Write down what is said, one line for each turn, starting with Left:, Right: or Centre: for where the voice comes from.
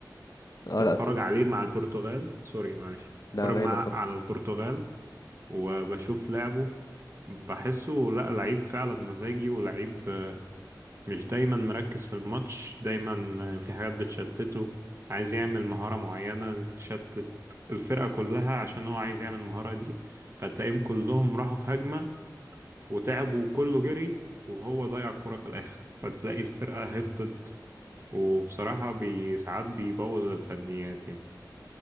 Left: اه
Right: بتفرج
Left: لا
Right: عليه مع البرتغال سوري معلش
Left: لا
Right: بتفرج
Left: ولا
Right: مع
Left: يهمك اتفضل
Right: على البرتغال وبشوف لعبه بحسه لا لعيب فعلا مزاجي ولعيب آه، مش دايما مركز في الماتش دايما آه، في حاجات بتشتته عايز يعمل مهارة معينة تشتت الفرقة كلها عشان هو عايز يعمل المهارة دي فتلاقيهم كلهم راحوا في هجمة وتعبوا وكله جري وهو ضيع الكرة في الآخر فتلاقي الفرقة هبطت وبصراحة بي ساعات بيبوظ الفنيات يعني